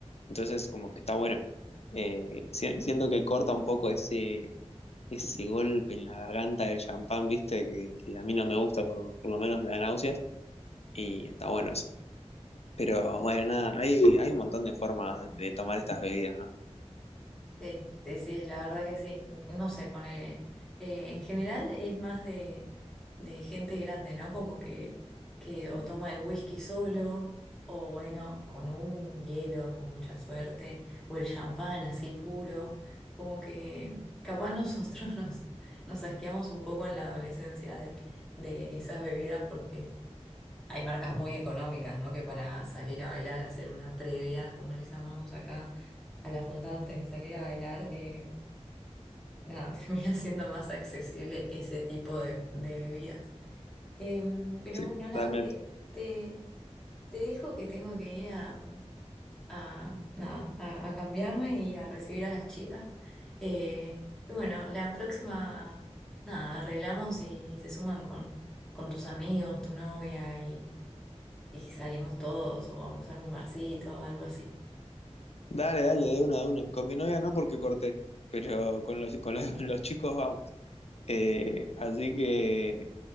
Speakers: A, on the left; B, in the centre.
A: Entonces, como que está bueno. Eh, si- siento que corta un poco ese ese golpe en la garganta del champán, viste, que, que a mí no me gusta, por, por lo menos me da náuseas, y está bueno eso. Pero bueno, nada, hay, hay un montón de formas de, de tomar estas bebidas, ¿no?
B: Sí, sí, sí, la verdad que sí. No sé, ponele. eh, en general es más de, de gente grande, ¿no? Como que, que o toma el whisky solo, o bueno, con un hielo, con mucha suerte, o el champán así puro. Como que capaz nosotros <laughs> nos, nos asqueamos un poco en la adolescencia de, de esas bebidas porque hay marcas muy económicas, ¿no? Que para salir a bailar, hacer una previa, como les llamamos acá a la junta antes de salir a bailar, eh, nada, <laughs> termina siendo más accesible ese tipo de, de bebidas. Em, pero
A: Sí,
B: bueno, nada,
A: totalmente.
B: Cle, te, te dejo que tengo que ir a, a, nada, a, a cambiarme y a recibir a las chicas. Eh, y bueno, la próxima, nada, arreglamos y, y se suman con, con tus amigos, tu novia y y salimos todos o vamos a algún barcito o algo así.
A: Dale, dale, de una, de una. Con mi novia no porque corté, pero con los, con los, <laughs> los chicos vamos. Eh, así que,